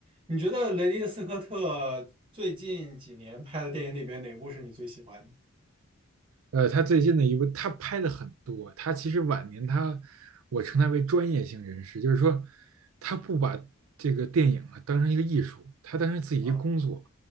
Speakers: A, on the right (about 25°); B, on the right (about 80°).
A: 你觉得雷迪斯科特最近几年拍的电影里边哪部是你最喜欢
B: 呃，他最近的一部，他拍的很多。他其实晚年他，我称他为专业性人士，就是说，他不把这个电影啊当成一个艺术，他当成自己一个工作。
A: 的？啊